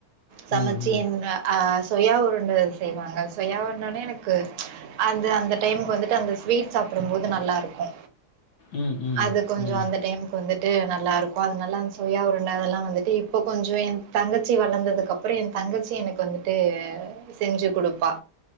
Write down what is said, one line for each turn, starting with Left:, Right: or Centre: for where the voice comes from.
Right: சமைச்சு
Left: ம். ம்.
Right: என் அ சுயா உருண்ட செய்வாங்க சுயா உருண்டனே எனக்கு அந்த அந்த டைமுக்கு வந்துட்டு அந்த ஸ்வீட் சாப்பிடும் போது நல்லாருக்கு
Left: ம். ம். ம்.
Right: அது கொஞ்ச
Left: ம்.
Right: அந்த டைமுக்கு வந்து து நல்லா இருக்கு அதனால அந்த சுயா உருண்ட அதெல்லா வந்துட்டு இப்ப கொஞ்ச என் தங்கச்சி வளந்ததுக்கு அப்புற எந்தங்கச்சி எனக்கு வந்துட்டு ட்டு செஞ்சு குடுப்பா